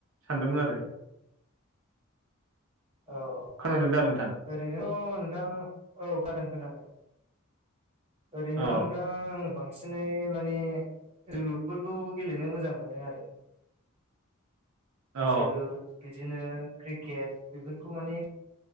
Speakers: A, on the right (about 70°); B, on the right (about 30°).
A: सानदोंमोन आरो।
B: औ औ
A: खोनादों दा नोंथां
B: ओरैनोथ नोंथां औ खादों खोनादों। ओरैनो
A: अ
B: नोंथां आं बांसिनै माने जोलुरफोरखौ गेलेनो मोजां मोनो आरो
A: <unintelligible> अ औ
B: जोलुर बिदिनो क्रिकेट बेफोरखौ माने